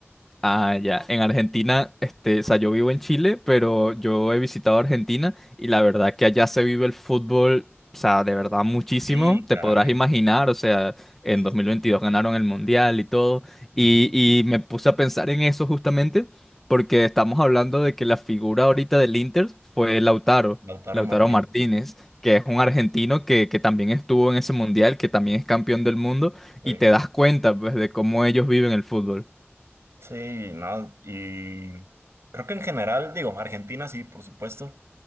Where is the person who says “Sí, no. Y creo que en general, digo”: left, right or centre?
Right